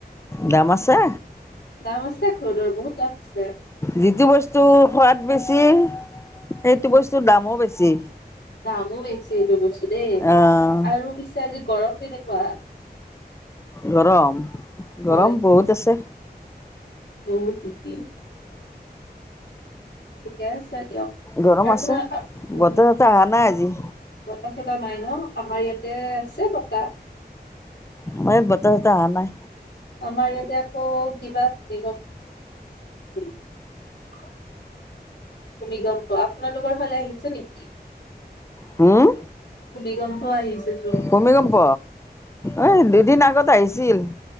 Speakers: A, on the left; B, on the left.
A: দাম আছে
B: দাম আছে আখৰোটৰ বহুত দাম আছে।
A: যিটো বস্তুৰ সোৱাদ বেছি, সেইটো বস্তুৰ দামো বেছি।
B: দামো বেছি এইটো বস্তু। দেই
A: আহ
B: আৰু পিছে আজি গৰম কেনেকুৱা?
A: গৰম
B: হয়,
A: গৰম বহুত আছে
B: বহুত ঠিকেই। ঠিকে আছে দিয়ক।
A: গৰম
B: আৰু
A: আছে
B: আপোনাৰ আ- উম
A: বতাহ - ততাহ আহা নাই আজি।
B: বতাহ -চতা নাই ন', আমাৰ ইয়াতে আছে বতাহ।
A: আমাৰ ইয়াত বতাহ চতাহ অহা নাই
B: আমাৰ ইয়াতে আকৌ কিবা বি, <unintelligible> ভূমিকম্প আপোনালোকৰ ফালে আহিছে নেকি?
A: হম
B: ভূমিকম্প, হোৱা আহিছে চো,
A: ভূমিকম্প, ঐ', দুদিন আগ, গত আহিছিল।